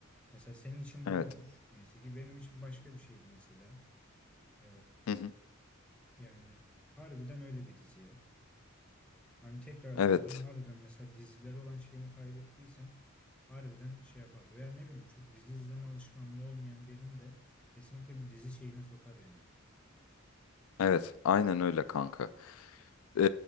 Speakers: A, in the centre; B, on the left.
A: Mesela senin için
B: Evet.
A: bu olmuş. Neyse ki benim için başka bir şeydi mesela. E,
B: Hı hı.
A: yani harbiden öyle bir diziye. Hani tekrardan
B: Evet.
A: harbiden mesela diziler olan şeyini kaybettiysem harbiden şey yapar. Veya ne bileyim çok dizi izleme alışkanlığı olmayan birini de kesinlikle bir dizi şeyine sokar yani.
B: Evet. Aynen öyle kanka. Ee,